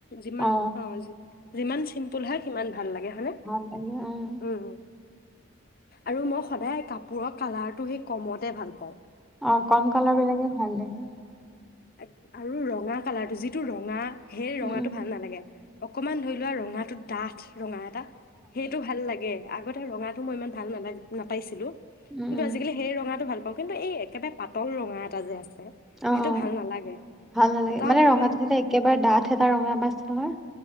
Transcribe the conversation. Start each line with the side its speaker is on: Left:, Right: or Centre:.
Left: যিমান
Centre: অ
Left: অ'- যিমান চিম্পোল হয় সিমান ভাল লাগে
Centre: <unintelligible>
Left: হয়নে উম আৰু মই সদায় কাপোৰৰ কালাৰটো হেই কমতে ভাল পাওঁ।
Centre: অ কম কালাৰবিলাকে ভাল লাগে।
Left: এক আৰু ৰঙা কালাৰটো, যিটো ৰঙা হেই ৰঙাটো
Centre: উম উম
Left: ভাল নালাগে। অকমান ধৰি লোৱা ৰঙাটো ডাঠ ৰঙা <unintelligible> হেইটো ভাল লাগে। আগতে ৰঙা মই ইমান ভাল নালাই নাপাইছিলো। কিন্তু
Centre: উম উম
Left: আজিকালি হেই ৰঙাটো ভাল পাওঁ। কিন্তু এই একেবা পাত্‌ তল ৰঙা এটা যে আছে।
Centre: অ',
Left: সেইটো ভাল নালাগে
Centre: ভাল নালাগে
Left: এটা
Centre: মানে
Left: ধৰি
Centre: ৰঙাটো
Left: লোৱা
Centre: হ'লে একেবাৰে ডাঠ এটা ৰঙা বা আছে নহয়।